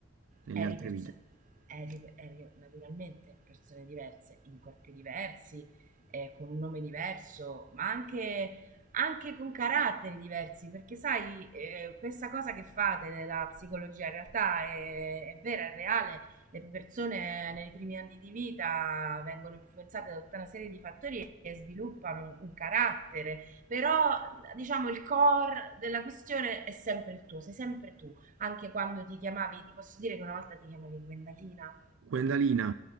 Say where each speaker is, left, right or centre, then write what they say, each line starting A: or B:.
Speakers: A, on the right; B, on the right.
A: nelle
B: eri,
A: altre
B: perso-
A: vite.
B: eri- eri naturalmente persone diverse, in corpi diversi, eh, con un nome diverso, ma anche, anche con caratteri diversi, perché sai, eh, questa cosa che fate della psicologia in realtà è, è vera, è reale. Le persone nei primi anni di vita vengono influenzate da tutta una serie di fattori che sviluppano un carattere, però diciamo il core della questione è sempre il tuo, sei sempre tu anche quando ti chiamavi, ti posso dire che una volta ti chiamavi Gwendalina,
A: Guendalina,